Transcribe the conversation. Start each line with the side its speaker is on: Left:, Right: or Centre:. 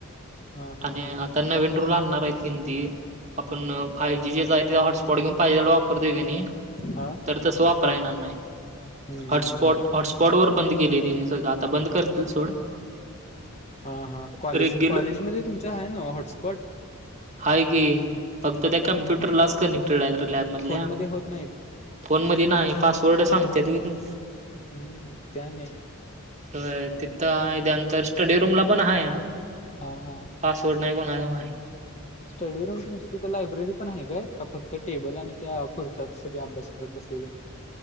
Left: हा हा
Right: आणि
Left: हा
Right: आता नवीन रूल आणणार आहेत कधी ते आपण फाय जी जेच हाय ते हॉटस्पॉट घेऊन पाहिजे तेवढा वापरतोय की नाही
Left: हा
Right: तर तसं वापराय येणार नाही.
Left: हम्म
Right: हॉटस्पॉट
Left: हम्म हम्म
Right: हॉटस्पॉट वर बंद केले तेनी सगळं, आता बंद करतील सोड.
Left: हा हा कॉलेज
Right: रेग्युल
Left: कॉलेजमध्ये तुमचा आहे न्हवं हॉटस्पॉट?
Right: हाय की फक्त त्या कम्प्युटरलाच कनेक्टेड आहेत र लॅबमधल्या.
Left: फोन मध्ये होत नाहीत.
Right: फोनमध्ये नाही पासवर्ड सांगतेत व्हय ती.
Left: हम्म ते आणि हाय.
Right: होय तिथं <unintelligible> तर स्टडी रूमला पण हाया
Left: हा हा
Right: पासवर्ड नाही कोणाला माहित.
Left: <inaudible> स्टडी रूम तुमची तिथं लायब्ररी पण आहे काय? का फक्त टेबल आणि त्या खुर्च्यात सगळे अभ्यास करत बसलेले असतात.